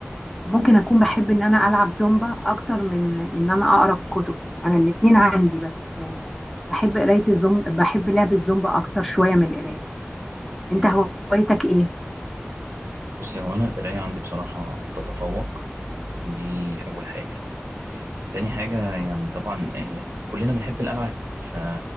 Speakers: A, in the centre; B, on the right.
A: ممكن أكون بحب إن أنا ألعب زومبا أكتر من إن أنا أقرأ كتب أنا الاتنين عندي بس آه، بحب قراية الزومبا بحب لعب الزومبا أكتر شوية من القراية أنت
B: مم.
A: هوايتك إيه؟
B: بصي هو أنا القراية عندي بصراحة تتفوق دي أول حاجة يعني. تاني حاجة يعني طبعا آه، كلنا بنحب الألعاب ف